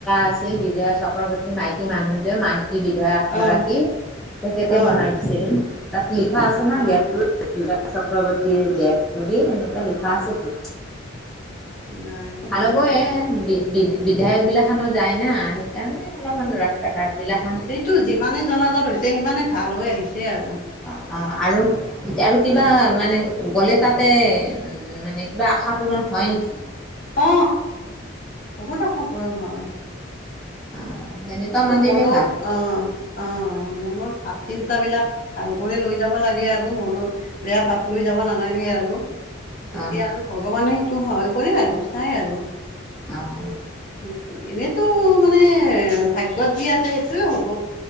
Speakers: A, in the centre; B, on the left.
A: আছিল বিজয়া চক্ৰৱৰ্তী মাইকী মানুহ যে মাই কি বিধায়ক গৰাকী
B: অ',
A: তেখেতে
B: অ',
A: বনাই দিছিল, তাক লিখা আছে না
B: অ',
A: গেটটোত। বিজয়া চক্ৰৱৰ্তীৰ গেট বুলি এনেকা লিখা আছে তো।
B: নাই শুনা
A: ভাল'ব
B: নাই।
A: এ বি বি বিধায়ক বিলাখানো যায় না সেইকাৰণে অলপমান ৰাস্তা ঘাট বিলা খান
B: এইটো যিমানে জনাজাত হৈছে সিমানে ভাল হৈ আহিছে আৰু।
A: অ অ আৰু আৰু কিবা
B: অ
A: মানে গ'লে তাতে উম মানে কিবা আশা পূৰণ হয় নেকি?
B: অ বহুত আশা পূৰণ হয়।
A: অ সেনেকুৱা
B: তোৰ
A: মন্দিৰে
B: মনৰ
A: ভাল
B: অহ। অ মনৰ ভাৱ চিন্তাবিলাক ভাল কৰি লৈ যাব লাগে আৰু মনৰ বেয়া ভাৱ লৈ যাব নালাগে আৰু তেতিয়া
A: অ
B: আৰু ভগৱানে সেইটো হয় কৰে আৰু চাই আৰু।
A: অহ।
B: হয়তো, এনেতো মানে ভাগ্যত যি আছে সেইটোয়ে হ'ব।